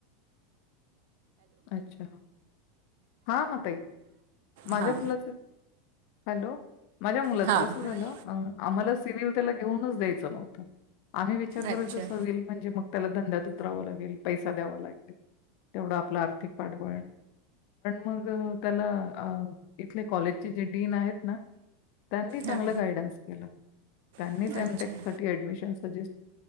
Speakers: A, on the left (about 55°); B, on the right (about 70°).
A: <unintelligible> अच्छा हा हा तई माझ्या
B: हां
A: मुलाचे हॅलो माझ्या मुलाचं
B: हां
A: कसं
B: हां
A: झालं अ आम्हाला सिव्हिल त्याला घेऊनच द्यायचं नव्हतं आम्ही विचार करायचो
B: अच्छा
A: सव्हल म्हणजे मग त्याला धंद्यात उतरावं लागेल पैसा द्यावा लागेल तेवढं आपला अर्थ पण मग त्याला इथले कॉलेजचे जे डीन आहेत ना त्यांनी चांगलं
B: हां
A: गायडनस के त्यांनी
B: हां
A: एमटेक
B: अच्छा
A: साडमिशन े